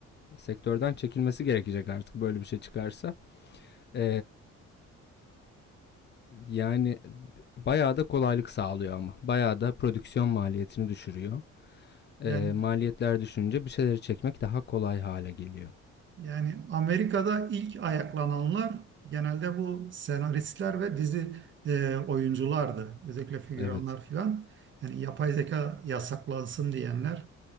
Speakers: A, on the left; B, on the right.
A: sektörden çekilmesi gerekecek artık böyle bir şey çıkarsa. E, Yani bayağı da kolaylık sağlıyor ama. Bayağı da prodüksiyon maliyetini düşürüyor. Ee,
B: Yani
A: maliyetler düşünce bir şeyleri çekmek daha kolay hale geliyor.
B: yani Amerika'da ilk ayaklananlar genelde bu senaristler ve dizi e, oyunculardı. Özellikle figüranlar
A: Evet.
B: filan. Yani yapay zeka yasaklansın diyenler.